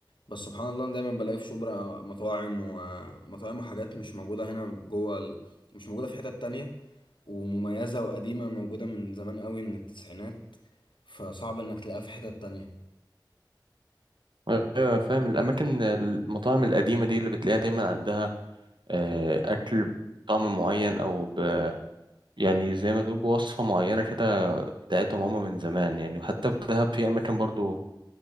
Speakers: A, on the left; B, on the right.
A: بس سبحان الله أنا دايما بلاقي في شبرا مطاعم ومطاعم وحاجات مش موجودة هنا جوه ال... مش موجودة في حتت تانية ومميزة وقديمة موجودة من زمان قوي من التسعينات فصعب إنك تلاقيها في حتت تانية
B: ايوه فاهم الاماكن المطاعم القديمه دي اللي بتلاقيها دايما عندها آه، اكل بطعم معين او ب يعني زي ما تقول بوصفه معينه كده بتاعتهم هما من زمان يعني وحتى في دهب في اماكن برضو